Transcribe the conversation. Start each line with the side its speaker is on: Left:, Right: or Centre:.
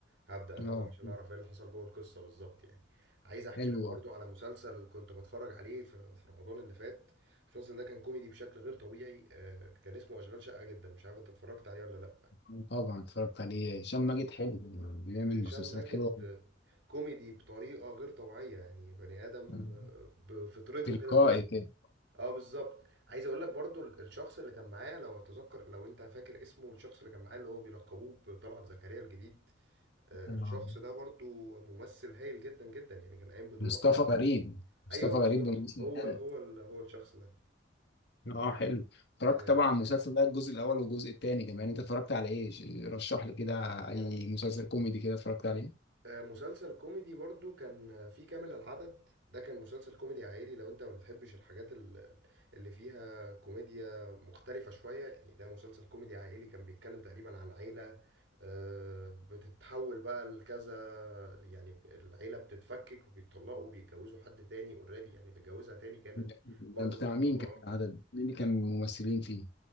Right: هبدأ اتابعه
Left: اه
Right: عشان اعرف ايه اللي حصل جوه القصة بالظبط يعني عايز احكي
Left: حلو
Right: لك برضو على مسلسل كنت بتفرج عليه في في رمضان اللي فات المسلسل ده كان كوميدي بشكل غير طبيعي آه، كان اسمه اشغال شقة جدا مش عارف انت اتفرجت عليه ولا لا
Left: آه، طبعا اتفرجت عليه هشام ماجد حلو بيعمل
Right: هشام
Left: مسلسلات
Right: ماجد
Left: حلوة
Right: كوميدي بطريقة غير طبيعية يعني بني آدم
Left: مم.
Right: آه، بفطرته
Left: تلقائي
Right: كده كوميدي
Left: كده
Right: اه بالظبط عايز اقول لك برضو ال- الشخص اللي كان معاه لو اتذكر لو انت فاكر اسمه الشخص اللي كان معاه اللي هو بيلقبوه بطلعت زكريا الجديد آه،
Left: آه.
Right: الشخص ده برضو ممثل هايل جدا جدا يعني كان قايم بدوره
Left: مصطفى
Right: على
Left: غريب مصطفى
Right: ايوه
Left: غريب
Right: بالظبط
Left: بالممثل
Right: هو
Left: ده
Right: ال- هو ال- هو الشخص ده
Left: اه حلو اتفرجت
Right: آه،
Left: طبعا على المسلسل ده الجزء الاول والجزء الثاني كمان انت اتفرجت على ايه ش- رشح لي كده اي مسلسل كوميدي كده اتفرجت عليه
Right: آه، مسلسل كوميدي برضو كان آه، في كامل العدد ده كان مسلسل كوميدي عائلي لو انت ما بتحبش الحاجات ال- اللي فيها كوميديا مختلفة شوية يعني ده مسلسل كوميدي عائلي كان بيتكلم تقريبا عن عيلة آه، بتتحول بقى لكذا يعني العيلة بتتفكك وبيتطلقوا وبيتجوزوا حد تاني اوريدي يعني اللي اتجوزها تاني كانت
Left: لا. ده
Right: برضو
Left: بتاع
Right: متطلقة
Left: مين كان العدد مين اللي كان ممثلين فيه